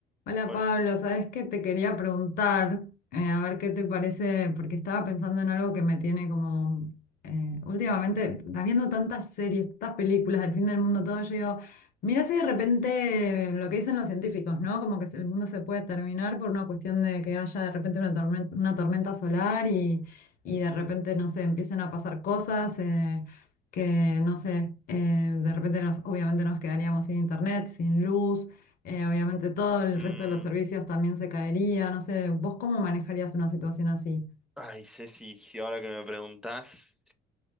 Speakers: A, on the left; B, in the centre.
A: Hola
B: Bueno,
A: Pablo, sabes que te quería preguntar, eh, a ver qué te parece, porque estaba pensando en algo que me tiene como eh, últimamente, estás viendo tantas series, tantas películas del fin del mundo, todo, yo digo, mira si de repente eh, lo que dicen los científicos, ¿no? Como que el mundo se puede terminar por una cuestión de que haya de repente una tormenta, una tormenta solar y, y de repente, no sé, empiecen a pasar cosas. eh, que no sé, eh, de repente nos, obviamente nos quedaríamos sin internet, sin luz, eh, obviamente todo el
B: mm,
A: resto de los servicios también se caería, no sé, ¿vos cómo manejarías una situación así?
B: ay, Ceci, si ahora que me preguntás,